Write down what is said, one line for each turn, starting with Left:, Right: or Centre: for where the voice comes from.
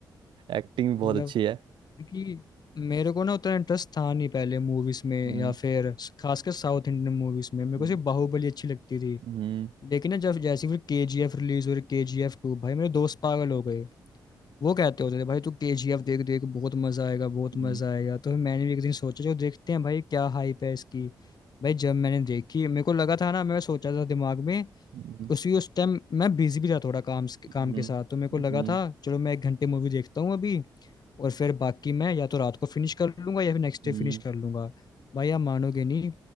Right: एक्टिंग बहुत
Left: मतलब
Right: अच्छी है
Left: क्योंकि मेरे को ना उतना इंटरेस्ट था नहीं पहले मूवीज में
Right: हम्म
Left: या फिर खासकर साउथ इंडियन मूवीज में मेरे
Right: हम्म
Left: को सिर्फ बाहुबली अच्छी लगती थी
Right: हम्म
Left: लेकिन ना जब जैसे ही फिर के जी एफ रिलीज हो रही के जी एफ टू भाई मेरे दोस्त पागल हो गए वो कहते होते थे भाई तू के जी एफ देख देख बहुत मजा आएगा बहुत
Right: हम्म
Left: मजा आएगा तो फिर मैंने भी एक दिन सोचा जो देखते हैं भाई क्या हाइप है इसकी भाई जब मैंने देखी मेरे को लगा था ना मैं सोचा था दिमाग में
Right: हम्म
Left: उसी उस टाइम मैं बिजी भी था थोड़ा काम से-
Right: हम्म
Left: काम के
Right: हम्म,
Left: साथ तो मेरे को लगा
Right: हम्म,
Left: था चलो मैं एक घंटे मूवी देखता हूँ अभी और फिर बाकी मैं या तो रात को फिनिश कर लूंगा या फिर नेक्स्ट
Right: हम्म,
Left: डे फिनिश कर लूंगा भाई आप मानोगे नहीं